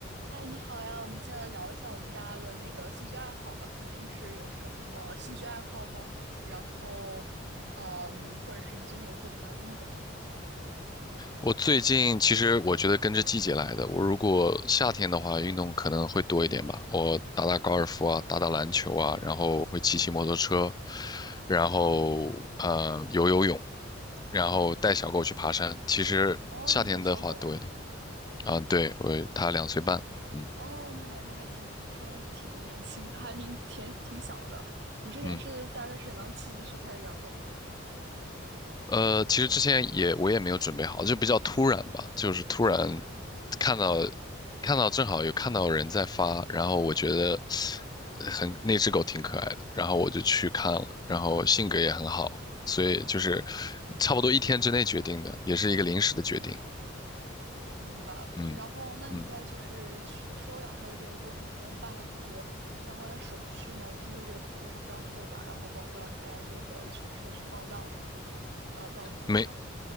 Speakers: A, on the right; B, on the left.
A: 嗨，你好呀，我们接下来聊一下我们大家的那个兴趣爱好吧。你平时有什么兴趣爱好吗？然后，嗯，或者是你最近有做什么样的运动吗？
B: 我最近其实我觉得跟着季节来的。我如果夏天的话，运动可能会多一点吧。我打打高尔夫啊，打打篮球啊，然后会骑骑摩托车，然后呃游游泳，然后带小狗去爬山。
A: 嗯，
B: 其实夏天的话多一点
A: 哦，你有小狗啊？
B: 啊，对，我他两岁半，嗯
A: 哦，那还那还挺，它还挺年轻，还挺挺挺小的。你之前是大概是什么样的契机去开始养狗呢？
B: 嗯呃，其实之前也我也没有准备好，就比较突然吧，就是突然
A: 嗯。
B: 看到看到正好有看到人在发，然后我觉得呃很那只狗挺可爱的，然后我就去看了，然后性格也很好，所以就是差不多一天之内决定的，也是一个临时的决定。
A: 明白了。
B: 嗯
A: 然后，那你在就是去收养它的这个过程中，
B: 嗯，
A: 办了很多相关的手续吗？我听说这个过程非常复杂，然后包括要给它那个犬舍去报到这种，呃，报报告。
B: 没